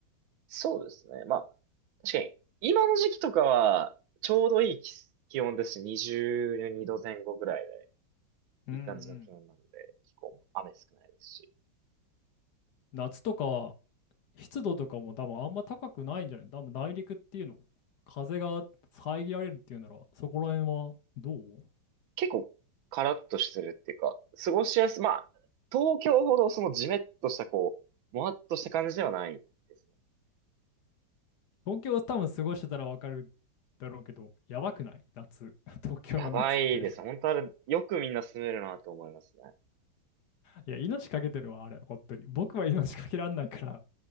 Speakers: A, on the right; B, on the left.
A: そうですね。まあ、確かに、今の時期とかは、ちょうどいい気気温ですし、22度前後ぐらい
B: うんうん。
A: で、いい感じの気温なので、気候も雨少ないですし、
B: 夏とか湿度とかも多分あんま高くないんじゃない多分内陸っていうの、風が遮られるっていうなら、そこら辺はどう
A: 結構カラッとしてるっていうか、過ごしやす、まあ、東京ほどそのジメッとしたこう、もわっとした感じではないですね。
B: 東京多分過ごしてたらわかるだろうけど、やばくない夏。<laughs> 東京の夏って。
A: やばいですね。本当あれ、よくみんな住めるなと思いますね。
B: いや、命かけてるわ、あれ、本当に。僕は命かけらんないから、